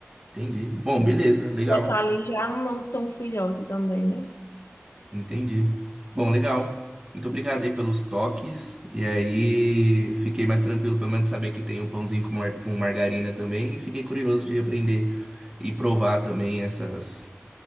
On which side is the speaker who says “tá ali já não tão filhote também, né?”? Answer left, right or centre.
Left